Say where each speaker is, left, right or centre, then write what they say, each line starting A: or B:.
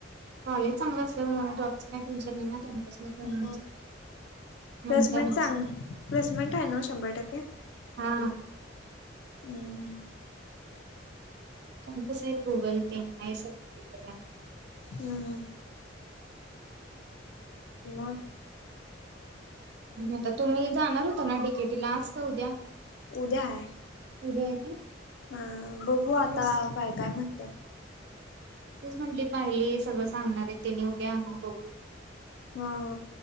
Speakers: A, on the right; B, on the left.
A: कॉलेज चांगलं असते मग जॉबच काही टेनशन नाही ना... मधून
B: हो
A: होऊन जात म्हणतानाच
B: प्लेसमेंट सांग प्लेसमेंट आहे ना शंभर टक्के
A: हा
B: हम्
A: त्यांच सहित गुगल पे आहे सगळं तथं
B: हम् मग...
A: आता तुम्ही जाणार होता ना डीकेटीला आज का उद्या...
B: उद्या आहे
A: एवढ आहे...
B: हा बघू आता
A: तेच
B: काय काय म्हटत...
A: तीच म्हंटली बाहेर ये सगळं सांगणार आहे तेनी उदया अ बघू...
B: हा ह...